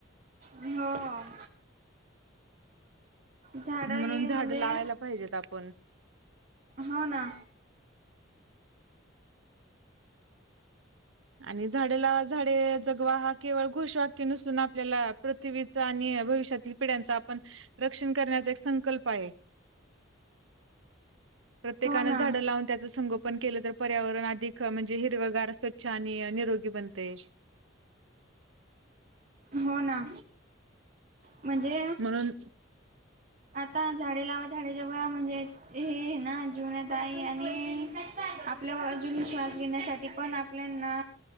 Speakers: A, on the right (about 40°); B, on the right (about 80°).
A: होां, झाड
B: म्हणून
A: ही
B: झाड
A: म्हणजे,,,
B: लावायला पाहिजेत आपण
A: हो ना.
B: आणि झाडे लावा झाडे जगवा हाऽ केवळ घोषवाक्य नसून आपल्याला पृथ्वीच आणि भविष्यातील पिढ्यांचा आपणऽऽ रक्षण करण्याचा एक संकल्प आहे,, प्रत्येकान
A: हो ना
B: झाडं लावूनऽऽ त्याच संगोपन केलं तर पर्यावरणधिक म्हणजे हिरवगारऽऽ छान अनि निरोगी बनतय.
A: हो ना म्हणजे
B: म्हणून
A: आता झाडे लावा झाडें जगवा म्हणजे हे ना जीवनात आ आहे आणि आपल्या अजून श्वास घेण्यासाठी पण प्लना